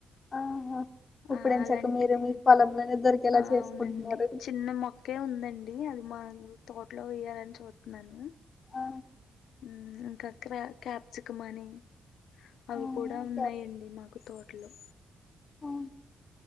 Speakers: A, on the left; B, on the left.
A: ఆహా ఇప్పుడు
B: ఆ
A: ఎంచక్క
B: అలాంటిది
A: మీరు మీ పొలంలోనే దొరికేలా
B: ఆ
A: చేసుకుంటున్నారు
B: అవునండి చిన్న మొక్కే ఉందండి అది మా తోట్లో వెయ్యాలని చూత్నాను
A: ఆ,
B: మ్మ్ ఇంక క్ర కాప్సికం అని అవి
A: ఆ,
B: కూడా
A: ఓకే.
B: ఉన్నాయండి మాకు తో ట్లో
A: ఆ,